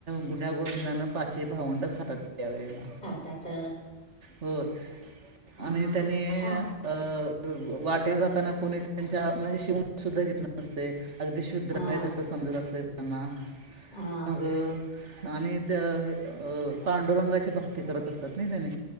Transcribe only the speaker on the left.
खातात
हा
छा
हा
हा